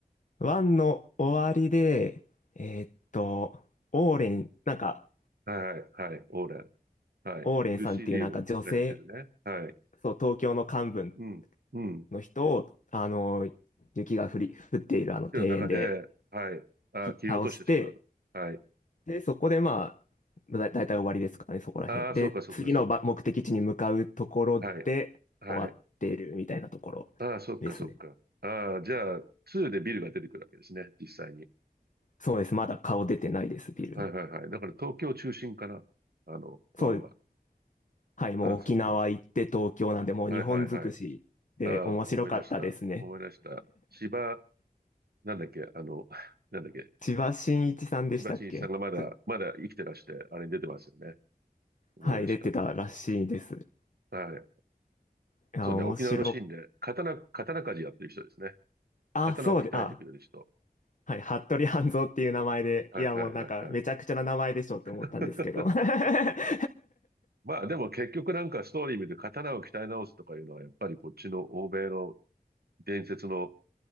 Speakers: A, on the left; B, on the right.
A: 1の終わりで、えーっと、オーレン、なんか、
B: はい、はい、オーレン。はい。
A: オーレイさんっていうなんか女性、
B: ルシー・リーブがやってるね。はい。
A: そう、東京の幹部
B: うん、うん。っ
A: の人を、あの、雪が降り、降っているあの庭園で
B: ていう中で、はい。あ、
A: 切倒して、
B: 切り落としてしまう。はい。
A: で、そこでまあ、だ、だいたい終わりですかね、そこら辺。
B: ああ、
A: で、
B: そっかそっかそっか。
A: 次のば目的地に向かうところで終わってるみたいなところですね。
B: はい。はい。ああ、そっかそっか。ああ、じゃあ、2でビルが出てくるわけですね、実際に。
A: そうです。まだ顔出てないです、ビルの。
B: はいはいはい。だから東京中心かな、あの、
A: そう、
B: ワンは。
A: はい、もう沖縄行って東京なんで、
B: ああ、そっか。
A: もう日本尽くしで面白かったですね。
B: はいはいはい。ああ、思い出した。思い出した。芝、なんだっけ、あの、<laughs> なんだっけ、
A: 千葉真一さんでしたっけちょ
B: 千葉真一さんがまだ、まだ生きてらして、あれに出てますよね。思い出した。
A: はい、出てたらしいです。い
B: はい。
A: や、
B: そうね、
A: 面白。
B: 沖縄のシーンで、刀、刀鍛冶やってる人ですね。
A: あ、
B: 刀を鍛えてくれる人。
A: そうで、あ、はい、服部半蔵っていう名前で、
B: はいはいはいはい。
A: いや、もうなんか、めちゃくちゃな名前でしょって思ったんですけど。
B: <laughs>
A: <laughs>
B: まあでも結局なんかストーリー見て刀を鍛え直すとかいうのは、やっぱりこっちの欧米の伝説の